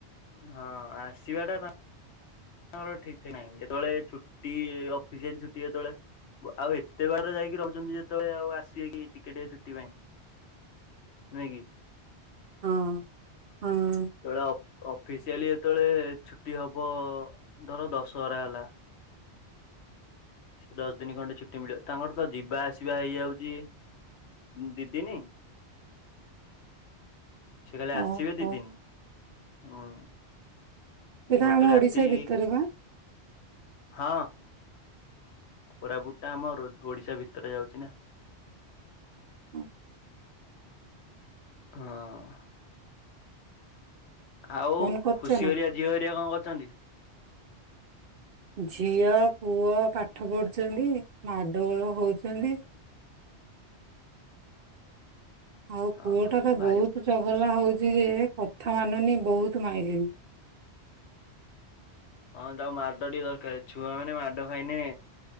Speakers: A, on the left; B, on the right.
A: ହଁ ଆସିବା ଟା ଆମର ଠିକ ଠି ନାହିଁ ଯେତେବେଳେ ଛୁଟି ଅଫିସିଆଲି ଛୁଟି ଯେତେବେଳେ। ଆଉ ଏତେ ବାଟରେ ଯାଇକି ରହୁଛନ୍ତି ଯେତେବେଳେ ଆଉ ଆସିବେ କି ଟିକେ ଟିକେ ଛୁଟି ପାଇଁ। ନୁହେଁ କି।
B: ହଁ ହଁ।
A: ଯେତେବେଳେ ଅଫିସିଆଲି ଯେତେବେଳେ ଛୁଟି ହବ ଧର ଦଶହରା ହେଲା। ସେ ଦଶ ଦିନ ଖଣ୍ଡେ ଛୁଟି ମିଳିବ ତାଙ୍କର ତ ଯିବା ଆସିବା ହେଇଯାଉଛି। ଦି ଦିନି। ସେ ଖାଲି ଆସିବେ
B: ଓହୋ
A: ଦି ଦିନି ହୁଁ
B: ଏଇଟା
A: ଗୋଟେ
B: ଆମ
A: ରାତି।
B: ଓଡିଶା ଭିତରେ ବା
A: ହଁ କୋରାପୁଟ ଟା ଆମର ଓଡିଶା ଭିତରେ ଯାଉଛି ନା।
B: ହୁଁ।
A: ହଁ। ଆଉ
B: ଫୋନ କରୁଛ
A: ଖୁସି
B: ନା
A: ହରିକା ଝିଅ ହରିକା କଣ କରୁଛନ୍ତି?
B: ଝିଅ ପୁଅ ପାଠ ପଢୁଛନ୍ତି ମାଡଗୋଳ ହଉଛନ୍ତି। ଆଉ
A: ହଁ
B: ପୁଅ ଟା ତ
A: ଏ ଭାଇ
B: ବହୁତ ଚଗଲା ହଉଛି ଯେ କଥା ମାନୁନି ବହୁତ ମାଇଲିନି।
A: ହିଁ ତାକୁ ମାଡ଼ ଟିକେ ଦରକାର ଛୁଆ ମାନେ ମାଡ଼ ଖାଇଲେ